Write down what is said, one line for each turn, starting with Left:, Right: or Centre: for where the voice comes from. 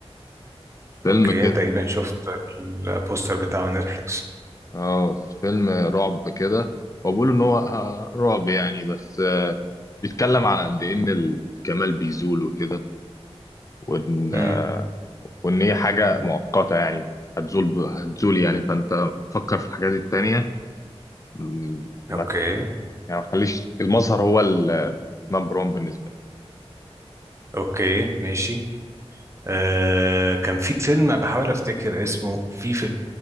Left: فيلم
Right: اوكي
Left: كده
Right: انت تقريبا شفت البوستر بتاع نتفليكس
Left: اه فيلم رعب كده هو بيقولوا إن هو آه، رعب يعني بس آه، بيتكلم على قد إيه إن الجمال بيزول وكده وإن
Right: امم
Left: آه، وإن هي حاجة مؤقتة يعني هتزول ب- هتزول يعني فأنت فكر في الحاجات التانية م- ما
Right: اوكي
Left: يعني ما تخليش المظهر هو النمبر 1 بالنسبه لي
Right: اوكي ماشي آه كان في فيلم بحاول افتكر اسمه في فيلم